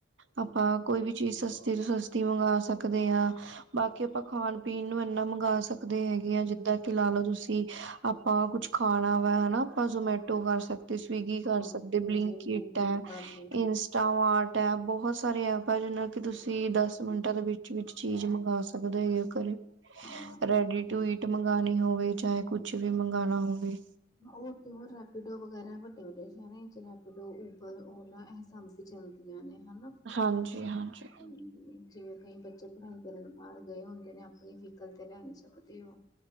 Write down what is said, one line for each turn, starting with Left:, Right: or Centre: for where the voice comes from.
Right: ਆਪਾਂ ਕੋਈ ਵੀ ਚੀਜ਼ ਸਸਤੀ ਤੋਂ ਸਸਤੀ ਮੰਗਾ ਸਕਦੇ ਆ, ਬਾਕੀ ਆਪਾਂ ਖਾਣ- ਪੀਣ ਨੂੰ ਇੰਨਾ ਮੰਗਾ ਸਕ ਦੇ ਹੈਗੇ ਆ ਜਿੱਦਾਂ ਕਿ ਲਾ ਲਓ ਤੁਸੀਂ ਆਪਾਂ ਕੁੱਛ ਖਾਣਾ ਵਾ ਹਨਾ ਆਪਾਂ ਯੋਮੇ ਟੋ ਕਰ ਸਕਦੇ, ਸਵਿਗੀ ਕਰ ਸਕਦੇ,
Left: ਕਿ
Right: ਬਲਿੰਕ
Left: ਜੇ ਬਲਿੰਕਿਟ
Right: ਇਟ ਐ,
Left: ਕਰ ਲਓ
Right: ਇੰਸਟਮਾਰਟ। ਟ ਐ ਬਹੁਤ ਸਾਰੇ ਐਪ ਆ ਜਿਨ੍ਹਾਂ ਤੋ ਕਿ ਤੁਸੀਂ ਦਸ ਮਿੰਟਾਂ ਦੇ ਵਿੱਚ-ਵਿੱਚ ਚੀਜ਼ ਮੰਗਾ ਸਕਦੇ ਹੈਗੇ ਓ ਘਰੇ।
Left: ਹਾਂ
Right: ਰੈਡੀ ਟੂ ਈਟ ਮੰਗਾਣੀ ਹੋਵੇ, ਚਾਹੇ ਕੁਛ ਵੀ ਮੰਗਾਣਾ ਹੋਵੇ।
Left: ਹੋਰ ਤੇ ਹੋਰ ਰੈਪੀਡੋ ਵਗੈਰਾ ਵੱਡੇ-ਵੱਡੇ ਸ਼ਹਿਰਾਂ ਇਚ ਰੈਪੀਡੋ ਉਬਰ ਔਲਾ ਇਹ ਸਬ ਚਲਦੀਆਂ ਨੇ ਹੈਨਾ।
Right: ਹਾਂਜੀ-ਹਾਂਜੀ।
Left: ਹੂੰ-ਹੂੰ, ਜਿਵੇਂ ਕਈ ਬੱਚੇ ਪੜ੍ਹਾਈ ਕਰਨ ਬਾਹਰ ਗਏ ਹੁੰਦੇ ਨੇ, ਆਪਣੀ ਵਹੀਕਲ ਤੇ ਲਿਆ ਨੀ ਸਕਦੇ ਉ